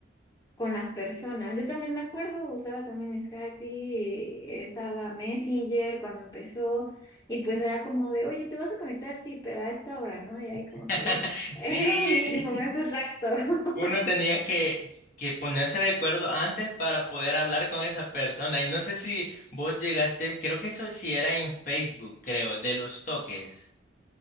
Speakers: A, on the left (about 20°); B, on the left (about 45°).
A: con las personas. Yo también me acuerdo, usaba también Skype y estaba Messenger cuando empezó, y pues era como de, oye, ¿te vas a conectar? Sí, pero a esta hora, ¿no? Y ahí como
B: <laughs>
A: que <laughs> era
B: Sí,
A: un momento exacto.
B: uno tenía
A: <laughs>
B: que, que ponerse de acuerdo antes para poder hablar con esa persona y no sé si vos llegaste, creo que eso sí era en Facebook, creo, de los toques.